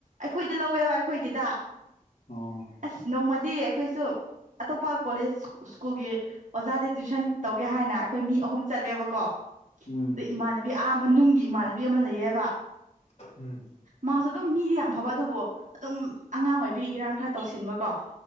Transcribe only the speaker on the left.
ꯑꯣ
ꯎꯝ
ꯎꯝ